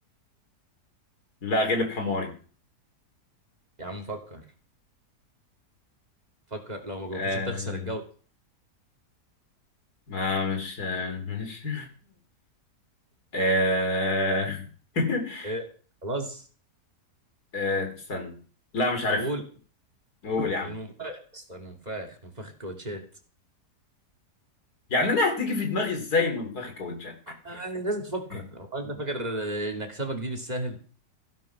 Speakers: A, on the left; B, on the right.
A: لا غلب حماري
B: يا عم فكر فكر لو ما جاوبتش
A: آه
B: هتخسر الجولة
A: ما مش آه، مش <laughs> آه <laughs>
B: ايه خلاص
A: آه استنى لا مش عارف
B: اقول
A: قول يا عم
B: المنفاخ اصلا المنفاخ منفاخ الكاوتشات
A: يعني انا هتيجي في دماغي ازاي منفخ كاوتشات يعني
B: آه، لازم تفكر
A: <laughs>
B: هو انت فاكر آه، ان اكسبك دي بالسهل